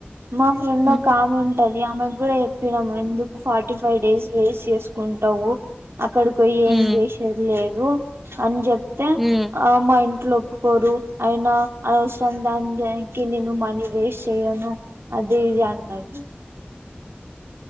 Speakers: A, on the right; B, in the centre.
A: మా ఫ్రెండ్
B: ఉమ్,
A: ఒక కామే ఉంటది ఆమెకు గూడా జెప్పినాం ఎందుకు ఫార్టీ ఫైవ్ డేస్ వేస్ట్ జేసుకుంటవు అక్కడికి బోయి ఏం
B: ఉమ్,
A: జేసేది లేదు అని జేప్తే
B: ఉమ్.
A: ఆ అమ్మాయి అట్లు ఒప్పుకోరు అయినా అనవసరం దానికి నేను మనీ వేస్ట్ చేయను అది ఇది అన్నది